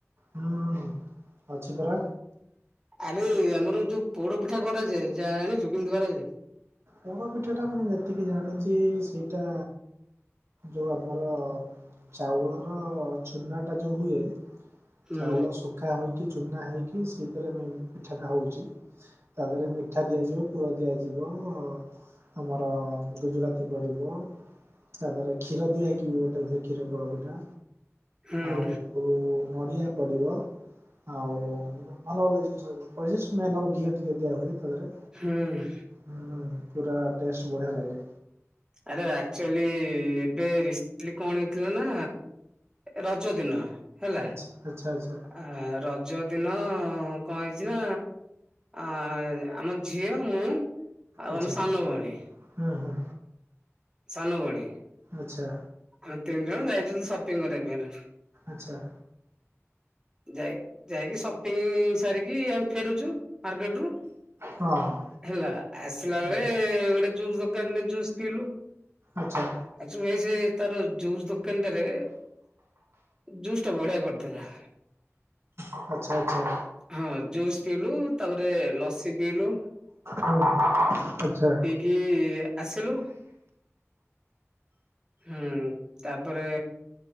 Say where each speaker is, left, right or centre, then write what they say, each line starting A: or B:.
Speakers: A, on the right (about 60°); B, on the right (about 15°).
A: ହୁଁ। ଅଛି ପରା
B: ଆରେ ଆମର ଯୋଉ ପୋଡ ପିଠା କରାଯାଏ ଯାହା ଜଣିଛୁ କେମିତି କରାଯାଏ?
A: ପୋଡପିଟାଟା ମୁଁ ଯେତିକି ଜାଣିଛି ସେଇଟା ଯୋଉ ଆମର ଚାଉଳର ଚୁନା ଟା ଯୋଉ ହୁଏ
B: ହୁଁ
A: ଚାଉଳ ଶୁଖା ହୋଇକି ଚୁନା ହେଇକି ସେଇଥିରେ ମେନ ପିଠାଟା ହଉଛି ତାପରେ ମିଠା ଦିଆଯିବ ପୁର ଦିଆଯିବ ଅ ମ ଅ ଗୁଜୁରାତି ପଡ଼ିବ ତା ଦାରରେ କ୍ଷୀର ଦିଆ ହେଇକି ଗୋଟେ ସେ କ୍ଷୀର ପୋଡ ପିଟା
B: ହୁଁ
A: ଆଉ ଆଉ ନଡ଼ିଆ ପଡିବ ଆଉ ଭଲ ଭଲ ଜିନିଷ ସବୁ ପଡ଼େ <unintelligible> ଘିଅ ଟିକେ ଦିଆ ହୁଏ ତା ଦିହରେ
B: ହୁଁ।
A: ହୁଁ ପୁରା ଟେଷ୍ଟ ବଢିଆ ଲାଗେ
B: ଆରେ ଆକ୍ଚୁଆଲି ଏବେ ରିସେଣ୍ଟଲି କଣ ହେଇଥିଲା ନା ରଜ ଦିନ ହେଲା
A: ଆଚ୍ଛା ଆଚ୍ଛା ଆଚ୍ଛା
B: ଆ ରଜ ଦିନ କଣ ହେଇଛି ନା ଅ ଆମ ଝିଅ ମୁଁ ଆଉ
A: ଆଚ୍ଛା
B: ଆମ ସାନ ଭଉଣୀ
A: ହୁଁ ହୁଁ
B: ସାନ ଭଉଣୀ
A: ଆଛା
B: ଆଉ ତିନି ଜଣ ଯାଇଛନ୍ତି ସପିଙ୍ଗ କରିବା ପାଇଁ
A: ଆଛା।
B: ଯାଇ ଯାଇକି ସପିଙ୍ଗ୍ ସାରିକି ଆମେ ଫେରୁଛୁ ମାର୍କେଟ ରୁ
A: ହଁ ହଁ
B: ହେଲା ଆସିଲା ବେଳେ
A: ହୁଁ
B: ଗୋଟେ ଜୁସ୍ ଦୋକାନରେ ଜୁସ୍ ପିଇଲୁ
A: ଆଚ୍ଛା
B: ଆକ୍‌ଚୁଆଲି ଏଇ ସେ ତାର ଜୁସ୍ ଦୋକାନଟାରେ ଜୁସ୍ ଟା ବଢିଆ କରିଥିଲା
A: ଆଚ୍ଛା ଆଚ୍ଛା
B: ହଁ ଜୁସ ପିିଇଲୁ ତାପରେ ଲସି ପିଇଲୁ
A: ହଁ
B: ପିଇକି
A: ଆଚ୍ଛା
B: ଆସିଲୁ ହୁଁ ତାପରେ